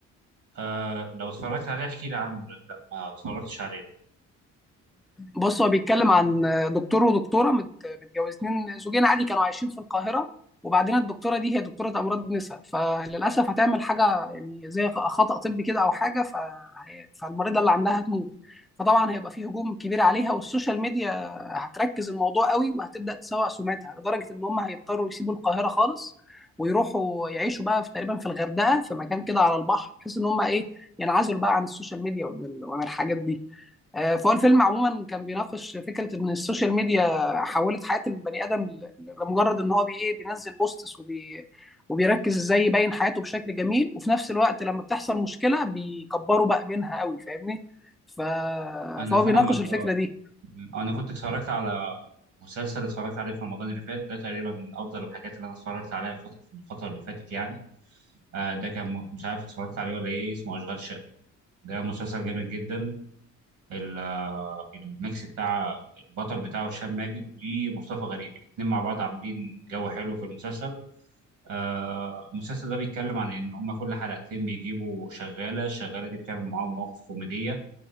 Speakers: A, on the right; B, in the centre.
A: آه لو اتفرجت عليه احكي لي عنه لا لا، ما اتفرجتش عليه
B: بص هو بيتكلم عن دكتور ودكتوره مت- متجوزين زوجين عادي كانوا عايشين في القاهره وبعدين الدكتوره دي هي دكتوره امراض نساء فللاسف هتعمل حاجه يعني زي خطا طبي كده او حاجه فهي- فالمريضه اللي عندها هتموت فطبعا هيبقى فيه هجوم كبير عليها والسوشيال ميديا هتركز الموضوع قوي وهتبدا تسوق سمعتها لدرجه ان هم هيضطروا يسيبوا القاهره خالص ويروحوا يعيشوا بقى في تقريبا في الغردقه في مكان كده على البحر بحيث ان هم ايه ينعزلوا بقى عن السوشيال ميديا وعن ال- وعن الحاجات دي آه، فهو الفيلم عموما كان بيناقش فكره ان السوشيال ميديا حولت حياه البني ادم ل- لمجرد ان هو بي ايه بينزل بوستس وبي وبيركز ازاي يبين حياته بشكل جميل وفي نفس الوقت لما بتحصل مشكله بيكبروا بقى منها قوي فاهمني ف...
A: انا
B: فهو
A: فاهمك
B: بيناقش الفكره
A: اه
B: دي
A: انا كنت اتفرجت على مسلسل اتفرجت عليه في رمضان اللي فات ده تقريبا من افضل الحاجات اللي انا اتفرجت عليها الفتره في الفتره اللي فاتت يعني آه ده كان م- مش عارف اتفرجت عليه ولا ايه اسمه اشغال شقه ده مسلسل جامد جدا ال- آه، الميكس بتاع البطل بتاعه هشام ماجد ومصطفى غريب الاتنين مع بعض عاملين جو حلو في المسلسل آه، المسلسل ده بيتكلم عن ان هم كل حلقتين بيجيبوا شغاله الشغاله دي بتعمل معاهم مواقف كوميديه